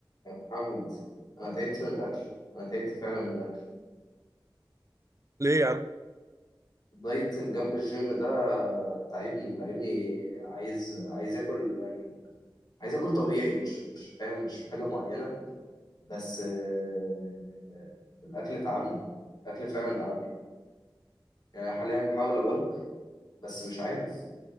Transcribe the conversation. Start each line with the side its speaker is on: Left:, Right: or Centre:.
Left: يا محمد انا تعبت من الاكل انا تعبت فعلا من الاكل
Right: ليه يا عم
Left: دايت الجنب الجيم ده تعبني تعبني عايز عايز اكل يعني عايز اكل طبيعي مش مش فاهم مش حاجه معينه بس آه، الاكل تعبني الاكل فعلا تعبني يعني حاليا بحاول ابلك بس مش عارف